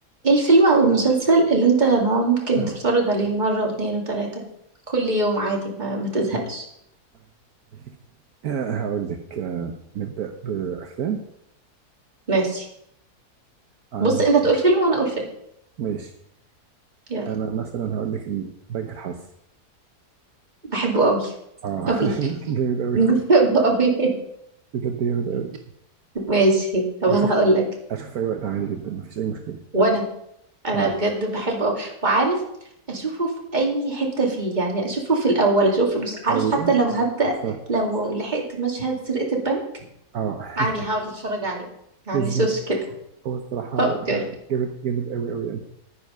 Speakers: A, on the right; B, on the right.
A: ايه الفيلم او المسلسل اللي انت ممكن
B: آه،
A: تتفرج عليه مرة واتنين وتلاتة كل يوم عادي ما, ما تزهقش
B: آه، والله في كتير آه، هقول لك آه، نبدأ بأفلام
A: ماشي
B: عندك
A: بص انت تقول فيلم وانا اقول فيلم
B: ماشي
A: يلا
B: أنا مثلا هقول لك ال- بنك الحظ
A: بحبه قوي
B: آه
A: قوي
B: <laughs> جامد
A: <laughs>
B: أوي
A: بحبه قوي
B: بجد جامد أوي
A: ماشي طب
B: بشوف
A: انا هقول لك
B: أشوف في أي وقت عادي جدا مفيش أي مشكلة
A: وانا انا
B: آه انا
A: بجد
B: بصراحة
A: بحبه قوي وعارف اشوفه في اي حتة فيه يعني اشوفه في الاول اشوفه في النص عارف
B: أيوه
A: حتى لو هبدأ
B: بالظبط
A: لو لحقت مشهد سرقة البنك
B: آه <laughs>
A: عادي هقعد اتفرج عليه ما عنديش
B: بالظبط
A: مشكلة
B: هو الصراحة
A: اه بجد
B: جامد جامد أوي أوي يعني